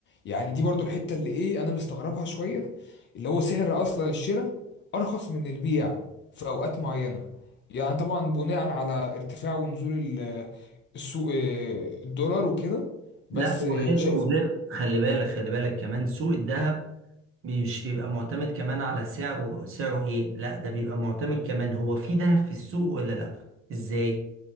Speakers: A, on the left; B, on the right.
A: يعني دي برضو الحتة اللي إيه أنا مستغربها شوية اللي هو سعر أصلا الشراء أرخص من البيع في أوقات معينة يعني طبعا بناء على ارتفاع ونزول ال- السوق آه، الدولار وكده بس
B: لا
A: آه،
B: وغير
A: شايف
B: وغير خلي بالك خلي بالك كمان سوق الذهب مش بيبقى معتمد كمان على سعره سعره ايه لا ده بيبقى معتمد كمان هو في دهب في السوق ولا لا ازاي